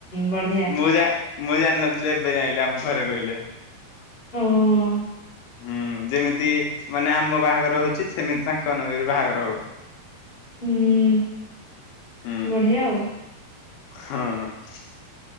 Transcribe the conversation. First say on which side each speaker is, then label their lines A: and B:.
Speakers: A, on the left; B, on the left.
A: ବଢିଆ
B: ମୁଁ ଯାଏ ମୁଁ ଜାଣିିନଥିଲି ଏବେ ଜାଇଁଲି ଆମ ଘରେ କହିଲେ।
A: ଓହୋ।
B: ହୁଁ, ଯେମିତି ମାନେ ଆମ ବାହାଘର ହଉଛି ସେମିତି ତାଙ୍କ ମାନଙ୍କ ବି ବାହାଘର ହବ।
A: ହୁଁ
B: ହୁଁ
A: ବଢିଆ ଆଉ।
B: ହଁ